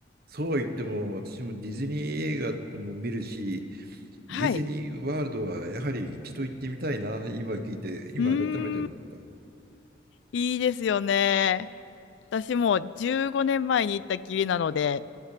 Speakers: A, on the right; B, on the left.
A: そう言っても私もディズニー映画も見るし、
B: はい。
A: ディズニーワールドはやはり一度行ってみたいな、今聞いて、今改めて思った。
B: うーん。いいですよね。私もう15年前に行ったきりなので、